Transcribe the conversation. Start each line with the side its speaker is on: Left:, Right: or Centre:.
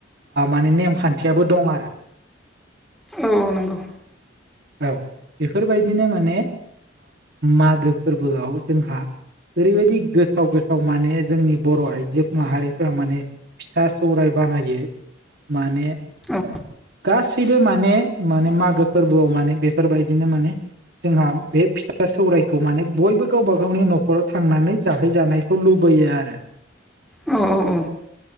Right: माने नेमखान्थियाबो दं आरो
Centre: औ औ नंगौ
Right: औ बेफोरबायदिनो माने मागो फोरबोआव जोंहा ओरैबायदि गोथाव गोथाव माने जोंनि बर' आइजो माहारिफोरा माने फिथा सौराय बानायो माने
Centre: औ
Right: गासैबो माने माने मागो फोरबोआव माने बेफोरबायदिनो माने जोंहा बे फिथा सौरायखौ माने बयबो गावबा गावनि न'खराव थांनानै जाहैजानाय खौ लुबैयो आरो
Centre: औ औ औ